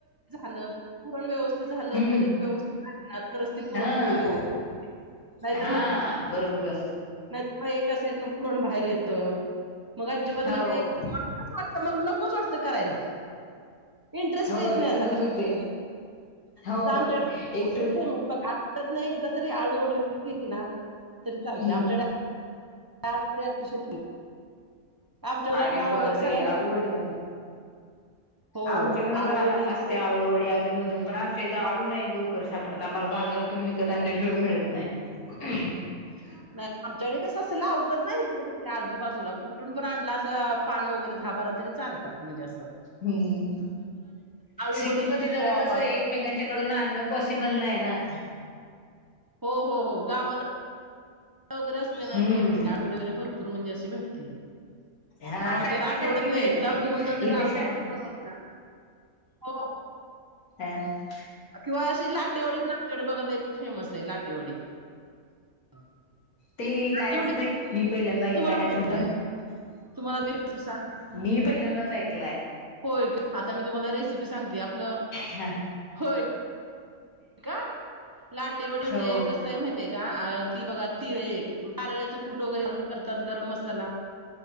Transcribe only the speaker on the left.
हम्म.
हा
हा
बरोबर
हो
होय
तसच
होतंय. होय
एकतर
हम्म
अरे
बापरे
आळू
वडी काय
आमच्याकडे
पण असते
आळुवडी अधुन म - पण आमच्या इथे आळू नाही लवकर सापडत आम्हाला बाजारातून विकत आणल्याशिवाय मिळत नाही
हम्म
सिटी मध्ये
जरा तस एकमेकांच्याकडून
अन्न पॉसिबल नाही ना
हम्म
हा
सारखी
सारखी मिळते
इथे
शहा
<unintelligible>
ते
काय असतय मी - पहिल्यांदा ऐकलाय
हा
शब्द
<inaudible>
मी पहिल्यांदाच ऐकलाय
हा
हो